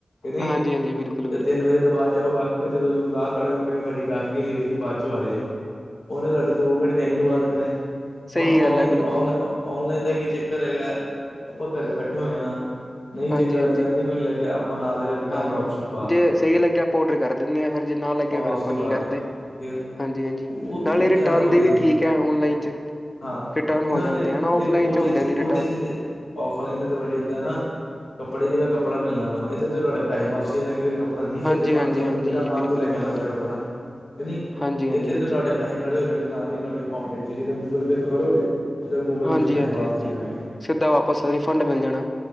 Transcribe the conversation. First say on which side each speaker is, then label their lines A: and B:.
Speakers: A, on the left (about 80°); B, on the left (about 25°).
A: ਨਹੀਂ
B: ਹਾਂਜੀ-ਹਾਂਜੀ ਬਿਲਕੁਲ-ਬਿਲਕੁਲ
A: ਜਾਂ ਤਿੰਨ ਵਜੇ ਤੋਂ ਬਾਅਦ ਜਾਊਗਾ ਜਦੋਂਸੀ ਕੋਈ ਗਾਹਕ ਖੜੇ ਹੋ ਭਾਜੀ ਗਾਹਕੀ ਲੈ ਤੁਸੀ ਬਾਅਦ ਚ ਆਜਾੳ ਉਹਨੇ ਤੁਹਾਡੇ ਦੋ ਘੰਟੇ ਤੇ ਏਵੇ ਲਵਾ ਦੇਣੇ
B: ਸਹੀ
A: ਹੁਣ ਔਨਲਾਈਨ
B: ਗੱਲ ਹੈ ਬਿਲਕੁਲ ਜੀ
A: ਨ ਔਨਲਾਈਨ ਦਾ ਕੀ ਚੱਕਰ ਹੈਗਾ ਆਪਾਂ ਘਰ ਬੈਠੇ ਹੋਏ ਹਾਂ ਨਹੀਂ
B: ਹਾਂਜੀ-ਹਾਂਜੀ।
A: ਚੰਗਾ ਲੱਗਿਆ ਨਹੀਂ ਕੁੱਝ ਲੱਗਿਆ ਆਪਾਂ ਨਾਲ ਰਿਟਰਨ
B: ਹਾਂ
A: ਦਾ ਆਪਸ਼ਨ ਪਾ ਤਾ
B: ਜੇ ਸਹੀ ਲੱਗਿਆ ਆਪਾਂ ਔਡਰ ਕਰ ਦਿੰਦੇ ਹਾਂ, ਫਿਰ ਜੇ ਨਾ ਲੱਗਿਆ
A: ਵਾਪਸੀ
B: ਫਿਰ ਆਪਾਂ ਨਹੀਂ
A: ਪਾ
B: ਕਰਦੇ।
A: ਤਾ ਫਿਰ
B: ਹਾਂਜੀ, ਹਾਂਜੀ
A: ਉਹ
B: ਨਾਲੇ
A: ਉਹ
B: ਰਿਟਰਨ
A: ਜ਼ਿਆਦਾ ਵਧੀਆ
B: ਦੇ ਵੀ ਠੀਕ
A: ਜੀ
B: ਹੈ ਔਨਲਾਈਨ 'ਚ
A: ਹਾਂ
B: ਰਿਟਰਨ ਹੋ
A: ਨਾਲੇ
B: ਜਾਂਦੇ ਹੈ ਨਾ
A: ਦੇਖੋ
B: ਔਫਲਾਈਨ
A: ਉਹਦੇ
B: ਹੁੰਦੇ
A: ਚ
B: ਨਹੀਂ
A: ਉਹਦੇ
B: ਰਿਟਰਨ
A: ਚ ਔਫਲਾਈਨ ਤਾਂ ਭਾਜੀ ਏਦਾਂ ਨਾ ਕੱਪੜੇ ਜਿ੍ਹੜਾ ਕੱਪੜਾ ਮਿਲਣਾ ਵਾ ਇਹਦੇ ਤੇ ਤੁਹਾਡੇ ਪੈੇਸੇ ਵਾਪਸੀ ਇਹਨਾਂ ਦੇ ਕਿਹੜੇ ਕੰਮ ਕੱਪੜਾ ਨਹੀਂ ਜਚਦਾ
B: ਹਾਂਜੀ ਹਾਂਜੀ
A: ਹੁੰਦਾ ਬੰਦੇ
B: ਹਾਂਜੀ
A: ਨੂੰ ਬਿਨਾਂ ਮਨ
B: ਬਿਲਕੁਲ
A: ਤੋਂ ਲੈ
B: ਬਿਲਕੁਲ
A: ਕੇ ਆਣਾ ਪੈਂਦਾ ਕਪੜਾ ਨਹੀਂ
B: ਹਾਂਜੀ ਹਾਂਜੀ
A: ਇਥੇ
B: ਹਾਂਜੀ
A: ਤੇ ਤੁਹਾਡੇ ਪੈਸੇ ਖੜੇ ਹੋ ਜਾਣਗੇ ਨਾਲ ਹੀ ਤੁਹਾਡੇ ਅਕਾਊਂਟ ਵਿੱਚ ਜਿੱਦਾਂ ਗੂਗਲ ਪੇ ਤੋਂ ਕਰੋਗੇ। ਉੱਦਾਂ ਗੂਗਲ
B: ਹਾਂਜੀ,
A: ਵਿੱਚ ਪੈਸੇ
B: ਹਾਂਜੀ,
A: ਵਾਪਸੀ
B: ਹਾਂਜੀ
A: ਹੋ ਜਾਣਗੇ
B: ਸਿੱਧਾ ਵਾਪਸ ਰਿਫੰਡ ਮਿਲ ਜਾਣਾ।